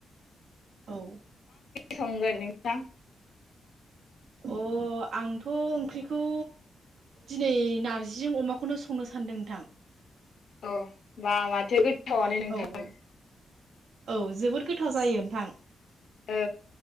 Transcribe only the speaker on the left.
संगोन नोंथां
औ बा माथो गोथावानो नोंथां
औ